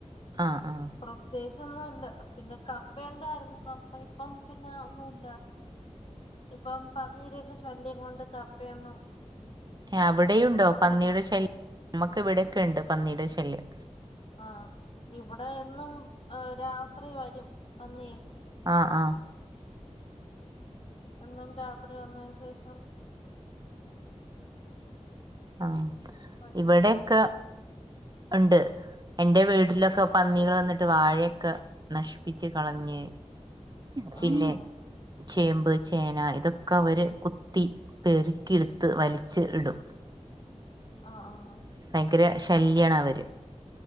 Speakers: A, on the right (about 35°); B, on the left (about 55°).
A: അ ആ
B: പ്രത്യേകിച്ച് ഒന്നും ഇല്ല പിന്നെ കപ്പയുണ്ടായിരുന്നു. കപ്പ ഇപ്പം പിന്നെ ഒന്നുല്ല്യ ഇപ്പം പന്നീരൊക്കെ ശല്യം കൊണ്ട് കപ്പയൊന്നും
A: അവിടെയുണ്ടോ പന്നിയുടെ
B: അധികം
A: ശല്യം നമ്മുക്ക് ഇവിടെയൊക്കെ ഉണ്ട് പന്നിയുടെ ശല്യം.
B: ആ ഇവിടെ എന്നും രാത്രി വരും പന്നി.
A: അ ആ
B: എന്നും രാത്രി വന്നതിന് ശേഷം
A: ആഹ്
B: വരും
A: ഇവിടെക്ക ഉണ്ട് എന്റെ വീട്ടിലൊക്കെ പന്നികൾ വന്നിട്ട് വാഴേക്ക നശിപ്പിച്ച് കളഞ്ഞ് പിന്നെ
B: ആഹ്
A: ചേമ്പ് ചേന ഇതൊക്കെ അവര് കുത്തി പെറുക്കിടുത്ത് വലിച്ച് ഇടും.
B: ആഹ് ആഹ്.
A: ഭയങ്കര ശല്യാണ് അവര്.